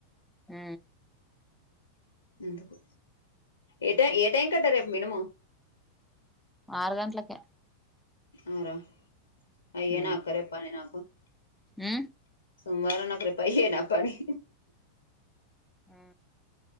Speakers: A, in the centre; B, on the left (about 70°).
A: ఉ
B: ఎందుకు ఏ టైం ఏ టైం కట్టా రేపు మినిమం
A: ఆరు గంట్లకే
B: ఆరా అయ్యే
A: ఉ
B: నాకు రేపు పని నాకు,
A: ఉ
B: సోమవారం నాకు రేపు అయ్యేనా పని.
A: ఉ